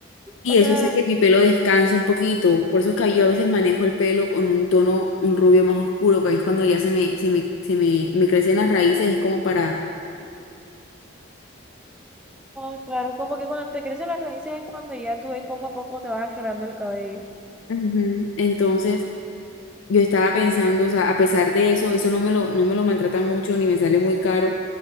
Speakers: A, on the left; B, in the centre.
A: Y
B: O sea,
A: eso hace que mi pelo descanse un poquito. Por eso que yo a veces manejo el pelo con un tono, un rubio más oscuro, porque es cuando ya se me, se me, se me, me crecen las raíces, es como para.
B: Ah, claro, como que cuando te crecen las raíces es cuando ya tú ahí poco a poco te vas aclarando el cabello.
A: Ujú. Entonces, yo estaba pensando, o sea, a pesar de eso, eso no me lo, no me lo maltrata mucho, ni me sale muy caro,